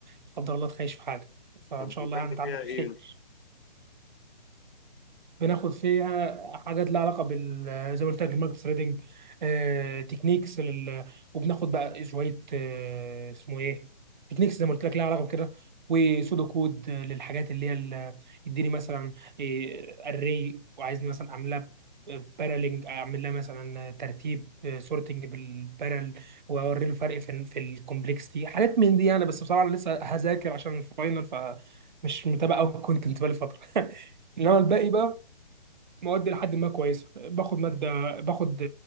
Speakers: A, on the right; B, on the left.
A: لا قدر الله تخيش في حاجه فان
B: طب
A: شاء
B: بتاخدوا
A: الله يعني تعدي
B: فيها
A: على
B: إيه؟
A: خير
B: أنت؟
A: بناخد فيها حاجات لها علاقه بال زي ما قلت لك المالتي ثريدنج آه، تكنيكس لل... وبناخد بقى شويه آه، اسمه ايه تكنيكس زي ما قلت لك لها علاقه بكده وسودو كود للحاجات اللي هي ال- يديني مثلا اري وعايزني مثلا اعملها بارالينج اعمل لها مثلا ترتيب سورتنج بالبارل واوري له فرق في في الكومبلكسيتي حاجات من دي انا بس بصراحه أنا لسه هذاكر عشان الفاينل فمش متابع قوي الكونتنت بقالي فتره <laughs> انما الباقي بقى مواد لحد ما كويسه باخد ماده باخد